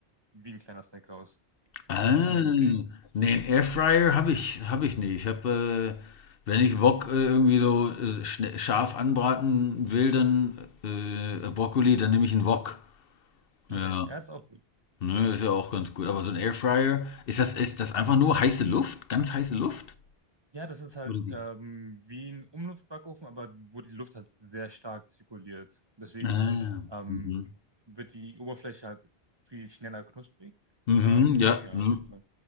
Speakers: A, on the right; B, on the left.
A: wie ein kleiner Snack raus.
B: Ah,
A: Kann ich empfehlen.
B: nee, einen Airfryer habe ich, habe ich nicht. Ich habe, äh, wenn ich Wok äh, irgendwie so äh, schne- scharf anbraten will, dann äh, Brokkoli, dann nehme ich einen Wok. Ja.
A: Okay, ja, ist auch gut.
B: Ne,
A: Das ist auch
B: ist ja
A: gut.
B: auch ganz gut. Aber so ein Airfryer, ist das, ist das einfach nur heiße Luft? Ganz heiße Luft?
A: Ja, das ist halt
B: Oder wie?
A: ähm, wie ein Umluftbackofen, aber wo die Luft halt sehr stark zirkuliert. Deswegen
B: Ah, ja.
A: ähm,
B: mhm.
A: wird die Oberfläche halt viel schneller knusprig.
B: Mhm,
A: Ähm,
B: ja,
A: ja,
B: mhm,
A: ja,